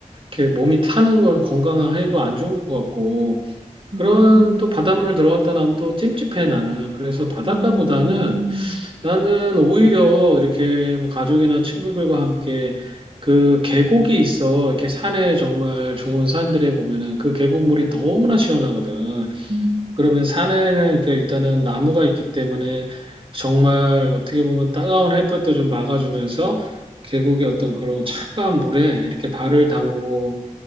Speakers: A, on the right; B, on the right.
A: 이렇게 몸이 타는 건 건강해도 안 좋은 것 같고 그런
B: 음,
A: 또 바닷물 들어갔다 나면 또 찜찜해 나는. 그래서 바닷가보다는
B: 음,
A: 나는 오히려 이렇게 뭐 가족이나 친구들과 함께 그 계곡이 있어. 이렇게 산에 정말 좋은 산들에 보면은 그 계곡물이 너무나 시원하거든.
B: 음,
A: 그러면 산에는 그러니까 일단은 나무가 있기 때문에 정말 어떻게 보면 따가운 햇볕도 좀 막아주면서 계곡의 어떤 그런 차가운 물에 이렇게 발을 담그고